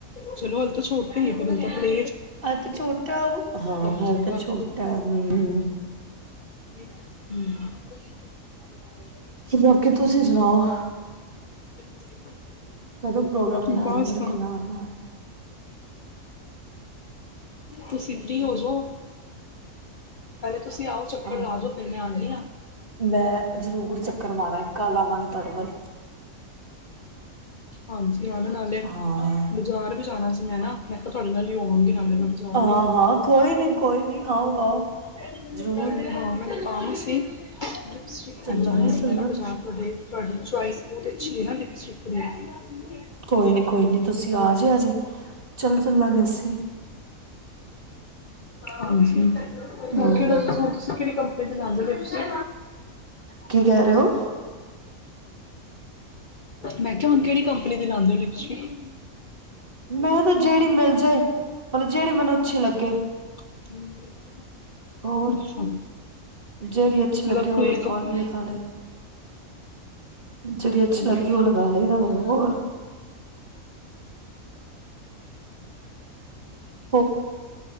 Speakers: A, on the left (about 45°); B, on the right (about 40°).
A: ਚਲੋ ਹੱਲ ਤਾਂ ਛੋਟੇ ਨ ਪਰ ਤਾਂ ਆਪਣੇ
B: ਹ ਤਾਂ ਛੋਟਾ ਉਹ ਹਾਂ ਹ
A: ਜਾਏਗਾ
B: ਤਾਂ ਛੋਟਾ ਹਮ
A: ਹਮ
B: ਲੋਕੀ ਤੁਸੀਂ ਸੁਣਾਓ
A: <unintelligible>
B: ਕਦੋਂ ਪ੍ਰੋਗਰਾਮ ਬਣਾ
A: ਬਸ
B: ਰਹੇ ਮੇਰੇ ਕੋਲ ਆਉਂਦਾ
A: ਤੁਸੀਂ ਫ੍ਰਰੀ ਹੋ ਜਾਓ ਹਾਂ ਤੁਸੀਂ ਆਓ ਚੱਕਰ
B: ਹਾਂ
A: ਲਾ ਜਾਓ ਫਿਰ ਮੈਂ ਆਉਂਦੀ
B: ਮੈਂ ਜ਼ਰੂਰ ਚੱਕਰ ਮਾਰਾਂਗੇ ਕੱਲ ਆਵਾਂਗੇ ਤੁਹਾਡੇ ਵੱਲ
A: ਹਾਂਜੀ ਆ ਨਾਲੇ
B: ਹਾਂ
A: ਬਾਜ਼ਾਰ ਵੀ ਜਾਣਾ ਸੀ ਮੈਂ ਨਾ ਮੈਂ ਤਾਂ ਤੁਹਾਡੇ ਨਾਲ ਹੀ ਹੋਵਾਂਗੀ, ਨਾਲੇ ਮੈਂ ਬਾਜ਼ਾਰ
B: ਹਾਂ
A: ਵੀ
B: ਹਾਂ ਕੋਈ ਨੀ ਕੋਈ ਨੀ ਆਓ ਆਓ।
A: ਹਾਂ
B: ਜ਼ਰੂਰ
A: ਮੈਂ ਮੈਨੂੰ ਕੰਮ ਸੀ। ਲਿਪਸਟਿਕ
B: ਚੱਲਾਂਗੇ
A: ਲੈਣ ਜਾਣਾ
B: ਚੱਲਾਂਗੇ
A: ਸੀ। ਮੈਂ ਨਾ ਬਾਜ਼ਾਰ ਤੁਹਾਡੇ ਤੁਹਾਡੀ ਚੋਇਸ ਬਹੁਤ ਤੁਸੀਂ ਲੈਣਾ ਲਿਪਸਟਿਕ <unintelligible>
B: ਕੋਈ ਨੀ ਕੋਈ ਨੀ ਤੁਸੀਂ ਆ ਜੇ ਆਜੇ ਚੱਲ ਲੱਗੇ ਸੀ।
A: ਹਾਂਜੀ।
B: ਹਮ
A: ਹੁਣ ਕਿਹੜਾ ਤੁਸੀਂ ਕਿਹੜੀ ਕੰਪਨੀ ਦੇ ਲਾਉਂਦੇ ਪਏ ਤੁਸੀਂ?
B: ਕੀ ਕਹਿ ਰਹੇ ਹੋ
A: ਮੈਂ ਕਿਹਾ ਹੁਣ ਕਿਹੜੀ ਕੰਪਨੀ ਦੀ ਲਾਉਂਦੇ ਹੋ ਲਿਪਸਟਿਕ?
B: ਮੈਂ ਤਾਂ ਜਿਹੜੀ ਮਿਲ ਜੇ। ਮਤਲਬ ਜਿਹੜੀ ਮੈਨੂੰ ਅੱਛੀ ਲੱਗੇ।
A: <inaudible>
B: ਹੋਰ
A: ਅੱਛਾ
B: ਜਿਹੜੀ ਅੱਛੀ
A: ਮਤਲਬ
B: ਲੱਗੇ, ਉਹ
A: ਕੋਈ
B: ਆਪਾਂ
A: ਕੰਪਨੀ
B: ਲਗਾ ਲਈਏ। ਜਿਹੜੀ ਅੱਛੀ
A: ਸਹੀ
B: ਲੱਗਦੀ
A: ਹੈ
B: ਉਹ ਲਗਾ ਲਈ ਤਾਂ ਮੈਂ ਹੋਰ। ਹ